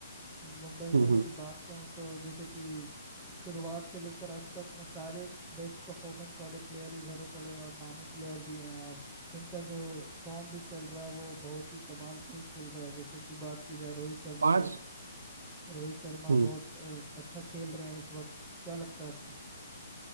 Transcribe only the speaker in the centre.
मुंबई इंडियंस
की बात कहूँ तो जैसे कि शुरुआत से लेकर अंत तक में सारे बेस्ट परफॉर्मेंस वाले प्लेयर ही भरे पड़े हैं और नामी प्लेयर भी हैं और इनका जो फॉर्म भी चल रहा है वो बहुत ही कमाल का ही चल रहा है जैसे कि बात की जाए रोहित शर्मा
की तो रोहित शर्मा
बहुत अ, अच्छा खेल रहे हैं इस वक्त क्या लगता है आपको